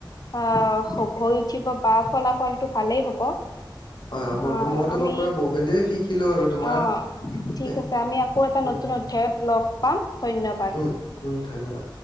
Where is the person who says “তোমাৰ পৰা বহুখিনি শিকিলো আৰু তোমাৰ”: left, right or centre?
Left